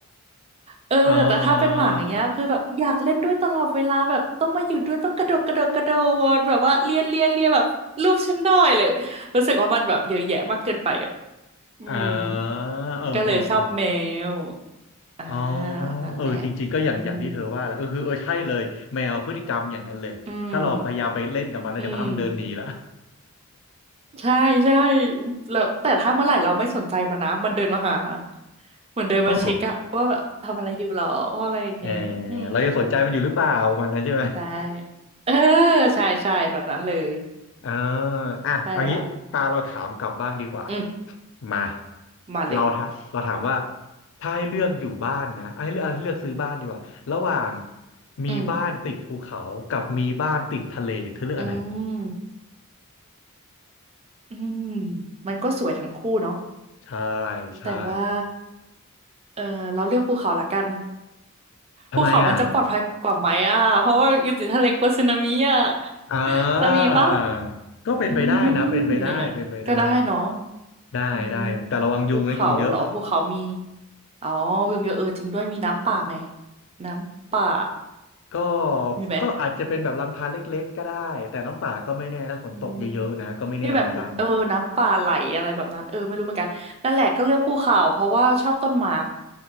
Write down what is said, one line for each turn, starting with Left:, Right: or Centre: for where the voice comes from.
Right: เออ
Left: เออ
Right: แต่ถ้าเป็นหมาอย่างเงี้ยคือแบบอยากเล่นด้วยตลอดเวลาแบบต้องมาอยู่ด้วยต้องกระโดดกระโดดกระโดดแบบว่าเลียเลียเลียแบบรูปฉันหน่อยเลยรู้สึกว่ามันแบบเยอะแยะมากเกินไปอะอืม
Left: เออเออเออเออ
Right: ก็เลยชอบแมวอ่า
Left: อ๋อ
Right: นั่นแหละ
Left: เออจริงๆก็อย่างอย่างที่เธอว่าแหละเออคือเออใช่เลยแมวพฤติกรรมอย่างนั้นเลย
Right: อืมอืม
Left: ถ้าเราพยายามไปเล่นกับมันแล้วเดี๋ยวพามันเดินหนีละ
Right: อืมใช่ใช่แล้วแต่ถ้าเมื่อไหร่เราไม่สนใจมันนะมันเดินมาหานะเหมือนเดินมาเช็คอะว่าแบบทำอะไรอยู่หรออะไรอย่างเงี้ยอืม
Left: <laughs> โอ้ <laughs> เออเราจะสนใจมันอยู่หรือเปล่าประมันนั้นใช่ไหม
Right: ใช่เออใช่ใช่แบบนั้นเลย
Left: อ่าอ่ะเอางี้ตาเราถามกลับบ้างดีกว่า
Right: ใช่แล้วอืม
Left: มา
Right: มาเลย
Left: เราถามเราถามว่าถ้าให้เลือกอยู่บ้านนะเอาให้เลือกเอาให้เลือกซื้อบ้านดีกว่าระหว่างมีบ้านติดภูเขากับมีบ้านติดทะเลเธอเลือกอันไหน
Right: อืมอืมอืมมันก็สวยทั้งคู่เนาะ
Left: ใช่ใช่
Right: แต่ว่าเออเราเลือกภูเขาละกัน
Left: ทำไมอ่ะ
Right: ภูเขามันจะปลอดภัยกว่าไหมอ่ะเพราะว่าอยู่ติดทะเลกลัวสึนามิอ่ะ
Left: อ่าก็เป็นไปได้นะเป็นไปได้เป็นไปได้
Right: จะมีปะอืมอย่างนั้นก็ได้เนาะ
Left: ได้ได้แต่ระวังยุงนะยุงเยอะ
Right: อืมภูเขาเหรอภูเขามีอ๋อวิวเยอะเออจริงด้วยมีน้ำป่าไหม น้ำป่า
Left: ก็
Right: มีไหม
Left: ก็อาจจะเป็นแบบลำธารเล็กๆก็ได้แต่น้ำป่าก็ไม่แน่ถ้าฝนตกเยอะๆนะก็ไม่แน่เหมือนกัน
Right: อืม ที่แบบเออน้ำป่าไหลอะไรแบบนั้นเออไม่รู้เหมือนกันนั่นแหละก็เลือกภูเขาเพราะว่าชอบต้นไม้